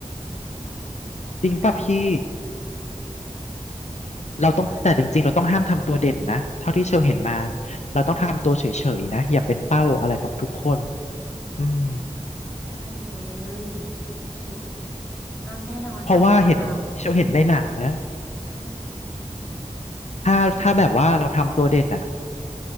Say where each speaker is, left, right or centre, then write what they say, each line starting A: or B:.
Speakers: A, on the left (about 15°); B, on the left (about 65°).
A: สองสองคนเรา
B: จริงป่ะพี่เราต้องแต่จริงๆเราต้องห้ามทำตัวเด่นนะเท่าที่เชลเห็นมา
A: ใช่
B: เราต้องทำตัวเฉยๆนะอย่าเป็นเป้าอะไรของทุกคนอืม
A: ได้เลยโอเครอดแน่นอนสองคนเรา
B: เพราะว่าเห็นเชลเห็นในหนังนะ
A: อือฮึ
B: ถ้าถ้าแบบว่าเราทำตัวเด่นอะ